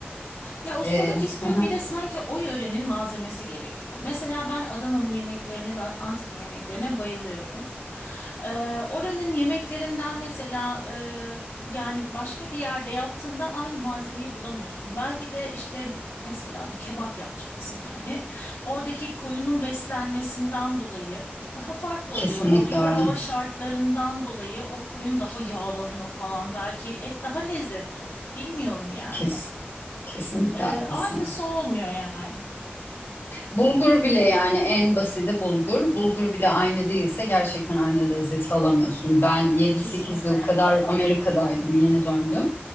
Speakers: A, on the left; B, on the left.
A: Ya ustalık
B: E,
A: istiyor
B: <laughs>
A: bir de sanki o yörenin malzemesi gerekiyor. Mesela ben Adana'nın yemeklerine ve Antep'in yemeklerine bayılıyorum. Ee, oranın yemeklerinden mesela e, yani başka bir yerde yaptığında aynı malzemeyi bulamıyorsun. Belki de işte mesela bir kebap yapacaksın yani. Oradaki koyunun beslenmesinden dolayı daha farklı
B: kesinlikle
A: oluyor. Oradaki
B: öyle.
A: hava şartlarından dolayı o koyun daha yağlanıyor falan. Belki et daha lezzetli oluyor. Bilmiyorum yani.
B: Kes, kesinlikle
A: Ee,
B: haklısın.
A: aynısı olmuyor yani.
B: Bulgur bile yani en basiti bulgur. Bulgur bile aynı değilse gerçekten aynı lezzeti alamıyorsun. Ben yedi
A: Kesinlikle.
B: sekiz yıl kadar Amerika'daydım, yeni döndüm.